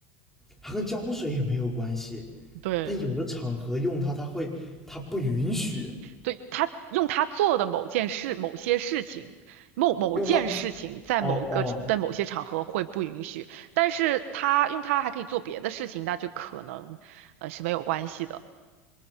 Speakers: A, in the centre; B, on the right.
A: 它跟胶水也没有关系。
B: 对。
A: 但有的场合用它，它会，它不允许
B: 对，他用他做的某件事、某些事情、某某件事情，
A: 用它。
B: 在某个在某些场合会不允许，
A: 哦哦，
B: 但是他用他还可以做别的事情，那就可能呃是没有关系的。